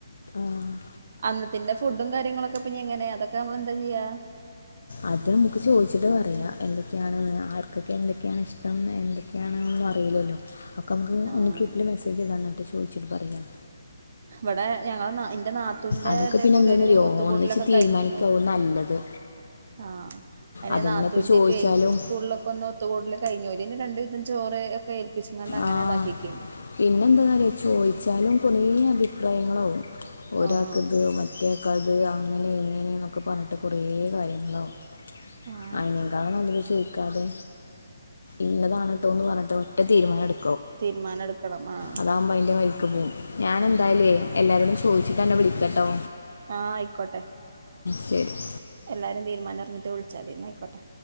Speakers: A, on the left; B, on the right.
A: ആഹ്
B: അന്നത്തെ അതിന്റെ ഫുഡും കാര്യങ്ങളൊക്കെ ഇെ എങ്ങനെ അതൊക്കെ നമ്മള എന്താ ചെയ്യാ
A: അത് നമുക്ക് ചോദിച്ചിട്ട് പറയാ എന്തൊക്കെയാണ് ആർക്കൊക്കെ എന്തൊക്കെയാണ് ഇഷ്ടം എന്തൊക്കെയ അെയണ അറിയില്ലോ അക്കെ നമുക്ക്
B: ആഹ്
A: ഒന്ന് ഗ്രൂപ്പിൽ മെസ്സേജ് ഇടാം എന്നിട്ട് ചോദിച്ചിട്ട് പറയാാം
B: ഇവിടെ ഞങ്ങ എന്റെ നാത്തുന്റെ
A: അതൊക്കെ
B: ഇതേപോലെ
A: പിന്നെ എന്താണെന്നറിയോ
B: ഒരു ഒത്തുകൂട്ടലൊക്കെ
A: ഒന്നിച്ച് തീരുമാനിക്കാവും
B: കഴിഞ്ഞിന്നു
A: നല്ലത്
B: ആഹ് അതിനെ
A: അതന്നെ
B: നാത്തൂന്റെ
A: ഇപ്പോൾ ചോദിച്ചാലും
B: സ്കൂളിലൊക്കെ ഒന്ന് ഒത്ത കൂടുല കഴിഞ്ഞ പിന് രണ്ടുവിധം ചോര് ഒക്കെ ഏൽപ്പിച്ച കൊണ്ട് അങ്ങനെ
A: ആ
B: ഇതാക്കിക്കുന്നു
A: പിന്നെ എന്താെന്നറിയ ചോദിച്ചാലും കുറേ അഭിപ്രായങ്ങളാവും ഒരാൾക്ക്
B: ആഹ്
A: ഇത് മറ്റേക്കാൾ അത് അങ്ങനെ ഇങ്ങനെ എന്നൊക്കെ പറഞ്ഞിട്ട് കുറേ കാര്യങ്ങളാവും
B: ആഹ്
A: അയിന് എന്താങ്ങനെ അ ചോദിച്ച ഇന്നതാണ് ന്തോ എന്ന് പറഞ്ഞിട്ട് ഒറ്റ തീരുമാനം എടുക്ക
B: തീരുമാനം എടുക്കണം ആഹ്
A: അതാവുമ്പോ അതിന്റെ വഴിക്ക് പോവുംഞാൻ എന്തായല് എല്ലാരോടും ചോദിച്ചിട്ടന്നെ വിളിക്കട്ടോ
B: ആ ആയിക്കോട്ടെ
A: ശരി
B: എല്ലാരും തീരുമാനംറിഞ്ഞിട്ട വിളിച്ചാ മതി എന്ന ആയിക്കോട്ടെ